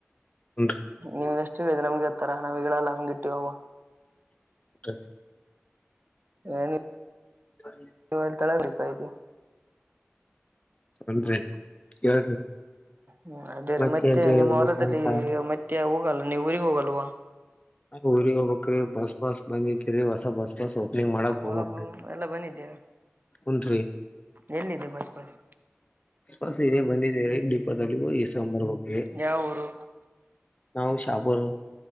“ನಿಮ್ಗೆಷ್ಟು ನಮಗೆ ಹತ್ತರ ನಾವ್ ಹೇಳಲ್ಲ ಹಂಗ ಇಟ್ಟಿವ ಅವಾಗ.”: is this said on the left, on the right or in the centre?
Right